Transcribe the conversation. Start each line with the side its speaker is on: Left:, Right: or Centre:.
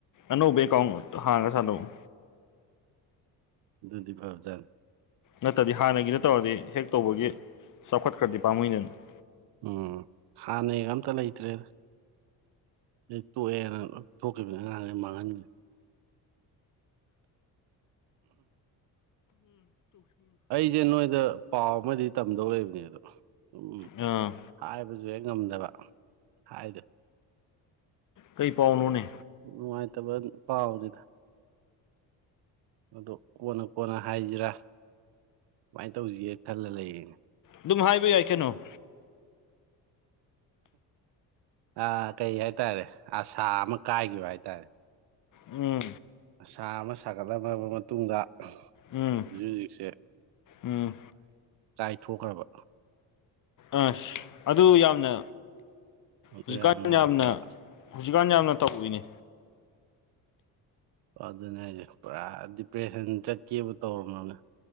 Left: ꯑꯅꯧꯕ ꯑꯦꯀꯥꯎꯟ ꯍꯥꯡꯉꯒ ꯁꯥꯥꯟꯅꯧꯋꯣ
Right: ꯑꯗꯨꯅꯗꯤ ꯐꯕ ꯖꯥꯅꯤ
Left: ꯅꯠꯇ꯭ꯔꯗꯤ ꯍꯥꯟꯅꯒꯤꯗꯣ ꯇꯧꯔꯗꯤ ꯍꯦꯛ ꯇꯧꯕꯒꯤ ꯆꯥꯎꯈꯠꯈ꯭ꯔꯗꯤ ꯄꯥꯝꯃꯨꯏꯗꯅ
Right: ꯎꯝ ꯍꯥꯟꯅꯩꯒ ꯑꯝꯇ ꯂꯩꯇ꯭ꯔꯦ ꯑꯩ ꯇꯣꯛꯑꯦꯅ ꯊꯣꯛꯈꯤꯕꯗꯅ <unintelligible> ꯃꯥꯡꯍꯟꯒꯤ ꯑꯩꯖꯦ ꯅꯣꯏꯗꯥ ꯄꯥꯎ ꯑꯃꯗꯤ ꯇꯝꯗꯧ ꯂꯩꯕꯅꯦ ꯑꯗꯣ ꯎꯝ ꯎꯝ
Left: ꯑꯥ
Right: ꯍꯥꯏꯕꯖꯧ ꯍꯦꯛ ꯉꯝꯗꯕ ꯍꯥꯏꯗꯣ
Left: ꯀꯩ ꯄꯥꯎꯅꯣꯅꯦ
Right: ꯅꯨꯡꯉꯥꯏꯇꯕ ꯄꯥꯎꯅꯤꯗ ꯑꯗꯨ ꯀꯣꯟꯅ ꯀꯣꯟꯅ ꯍꯥꯏꯖꯤꯔꯥ ꯀꯃꯥꯏꯅ ꯇꯧꯖꯤꯒꯦ ꯈꯜꯂ ꯂꯩꯔꯤꯅꯦ
Left: ꯑꯗꯨꯝ ꯍꯥꯏꯕ ꯌꯥꯏ ꯀꯩꯅꯣ
Right: ꯑꯥ ꯀꯩ ꯍꯥꯏꯇꯥꯔꯦ ꯑꯁꯥ ꯑꯃ ꯀꯥꯏꯒꯤꯕ ꯍꯥꯏꯇꯥꯔꯦ
Left: ꯎꯝ
Right: ꯑꯁꯥ ꯑꯃ ꯁꯥꯒꯠꯂꯝꯂꯕ ꯃꯇꯨꯡꯗ
Left: ꯎꯝ
Right: ꯍꯧꯖꯤꯛ ꯍꯧꯖꯤꯛꯁꯦ
Left: ꯎꯝ
Right: ꯀꯥꯏꯊꯣꯛꯈ꯭ꯔꯕ
Left: ꯑꯥꯁ ꯑꯗꯨ ꯌꯥꯝꯅ
Right: ꯑꯗꯨ
Left: ꯍꯧꯖꯤꯛꯀꯥꯟ
Right: ꯌꯥꯝ ꯅꯨꯡꯉꯥꯏꯇꯕ
Left: ꯌꯥꯝꯅ ꯍꯧꯖꯤꯛꯀꯥꯟ ꯌꯥꯝꯅ ꯇꯧꯔꯤꯅꯤ
Right: ꯑꯗꯨꯅꯦ ꯍꯥꯏꯖꯦ ꯄꯨꯔꯥ ꯗꯤꯄ꯭ꯔꯦꯁꯟ ꯆꯠꯀꯦꯕꯨ ꯇꯧꯔꯝꯃꯥꯝꯅꯦ